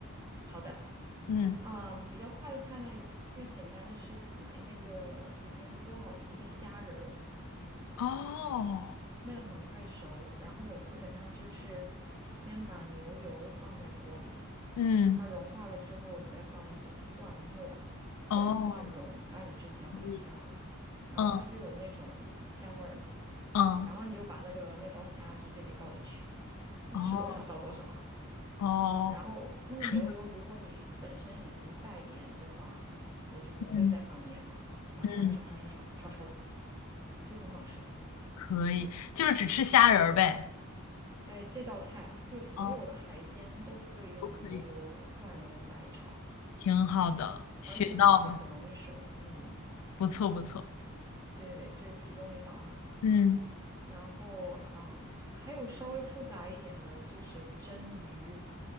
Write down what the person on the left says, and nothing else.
嗯，
哦，
嗯，
哦，
可以，
嗯嗯，
哦
哦，
<laughs>
嗯
嗯。
可以，就是只吃虾仁儿呗。
哦，都可以，
挺好的，学到了，
不错不错。
嗯，